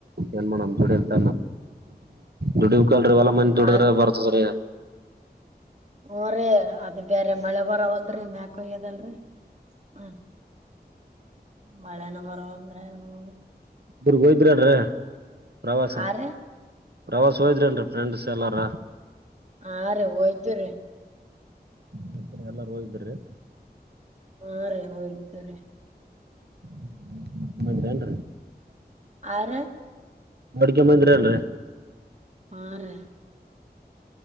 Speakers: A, on the right; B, on the right.
A: ಏನ್ ಮಾಡೋ ದುಡಿತ ದುಡಿ ಲ್ರಿ ಒಲಾ ಮಂದಿ ದುಡ್ರ
B: ಆ
A: ಬರ್ತದೀ.
B: ಓರೇ ಅದ ಬೇರೆ ಮಳೆ ಬರ ಹದ್ರಿ ಮ್ಯಾಕೋಗ್ಯದಲ್ರರಿ ಹ ಮಳೆನ ಬರುವಂದ್ರೆ ಏನು
A: ಇಬ್ಗೋಯಿದ್ರನ್ರ ಪ್ರವಾಸ
B: ಆ ರೀ
A: ಪ್ರವಾಸ ಹೋಯದ್ರಿನ್ರೀ ಫ್ರೆಂಡ್ಸ್ ಎಲ್ಲಾರ
B: ಹಾ ರೀ ಹೋಯ್ತುರೀ
A: ನಸ್ ಎಲ್ಲ ಹೋಗಿದ್ರಿ
B: ಹಾ ರೇ ಹೋಗಿದ್ದಾರೆ
A: <unintelligible>
B: ಹಾರಿ
A: ನೋಡ್ಕೊಂಡ್ ಬಂದ್ರೇನ್ರಿ
B: ಹ್ಮ್ ರೀ